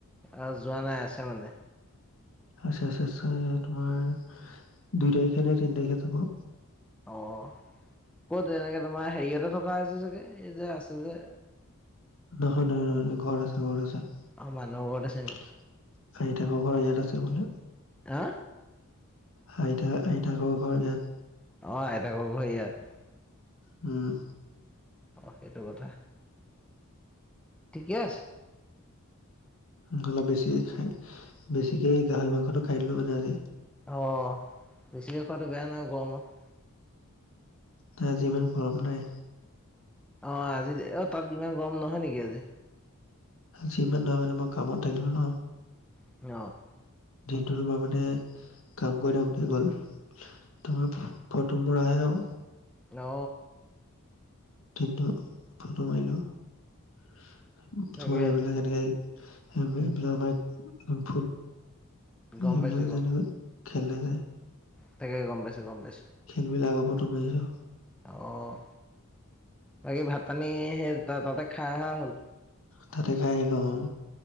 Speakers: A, in the centre; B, on the left (about 60°).
A: আ, যোৱা নাই আছে মানে।
B: আছে, আছে, আছে তোমাৰ দুই তাৰিখে নে তিন তাৰিখে যাব।
A: অ', ক'ত এনেকে তোমাৰ হেৰিয়তে থকা হৈছে চাগে এই যে আছে যে
B: নহয় নহয় নহয় ঘৰত আছে, ঘৰত আছে।
A: অ মানুহ ঘৰত আছে নি
B: হাহি থাকোঁ ঘৰত ইয়াত আছে বোলে।
A: হা
B: হাহি থাকা আহি থাকোঁ ঘৰত ইয়াত
A: অ', আইতাক ঘৰ <unintelligible> ইয়াত।
B: উম।
A: অ', সেইটো কথা। ঠিকে আছ।
B: উম, অলপ বেছি খাই, বেছিকে গাহৰি মাংসটো খাই দিলোঁ মানে আজি।
A: অহ, বেছিকে খোৱাটো বেয়া নাই গৰমত।
B: তা আজি ইমান গৰম নাই।
A: অ', আজিতে অ', তাত ইমান গৰম নহয় নেকি আজি?
B: যিমান <unintelligible> মানে মই কামত থাকিলো ন'।
A: <unintelligible>
B: দিনটো তোমাৰ মানে কাম কৰি থাকোঁতে গ'ল। তোমাৰ ফটো মৰা আহে আৰু।
A: ন'।
B: দিনটো ফটো মাৰিলো।
A: তাকে
B: তোমাৰ এইবিলাকে ধেই এবে এইবিলা বাইত ফুট
A: গম
B: এইবিলাক
A: পাইছো গম
B: যেনিবা খেলে যে।
A: তাকে গম পাইছোঁ, গম পাইছোঁ।
B: খেল বিলাকৰ ফটো মাৰিছোঁ।
A: অ', বাকী ভাত পানী সেই তই তাতে খাই অহা হ'ল?
B: তাতে খাই আহিলোঁ অ'।